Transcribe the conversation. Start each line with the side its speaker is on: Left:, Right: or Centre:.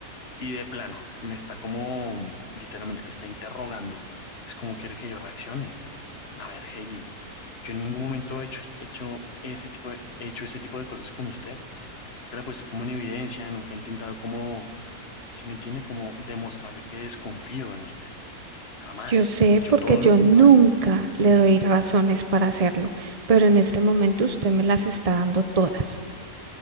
Left: Y de plano, me está como, literalmente me está interrogando, pues cómo quiere que yo reaccione. A ver, Heidi, yo en ningún momento he hecho, hecho ese tipo de, he hecho ese tipo de cosas con usted. Nunca la he puesto como en evidencia, nunca he intentado como, si me entiende, como demostrarle que desconfío en usted. Jamás.
Right: Yo sé
Left: He hecho
Right: porque
Left: todo
Right: yo
Left: lo contrario.
Right: nunca le doy razones para hacerlo, pero en este momento usted me las está dando todas.